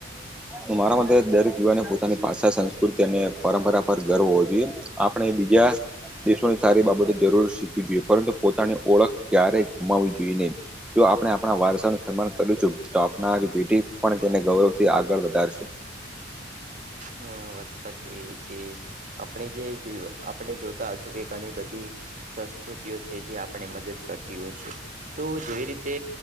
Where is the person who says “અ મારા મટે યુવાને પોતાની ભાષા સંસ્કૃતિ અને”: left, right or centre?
Centre